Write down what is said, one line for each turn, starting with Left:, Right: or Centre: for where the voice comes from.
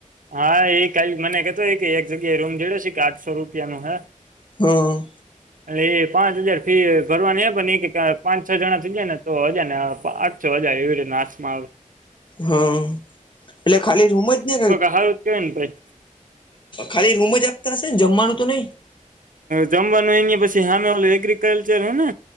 Right: હા એ કઈ મને કતો હો કે એક જગ્યાએ રૂમ જેડે છે કે આઠસો રૂપિયા નું હે
Left: હમ
Right: એટલે એ પાંચ હજાર ફી ભરવાની પણ પાંચ છ જણા થઈ જાય ને તો હજાર ને ચજાય એવી રીતે નાચમાં આવે
Left: હા એટલે ખાલી રૂમ જ ને
Right: હ કે નેછ
Left: ખાલી રૂમ જ આપતા હશે ને જમવાનું તો નહીિ
Right: જમવાનું એ પછી સામે ઓલું એગ્રીિકલ્ચર હય ને